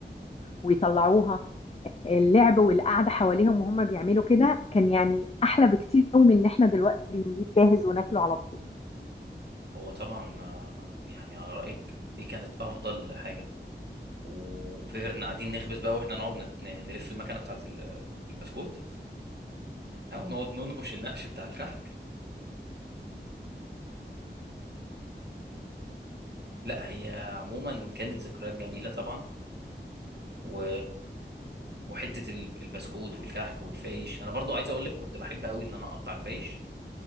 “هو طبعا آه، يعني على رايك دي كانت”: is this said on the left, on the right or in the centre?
Right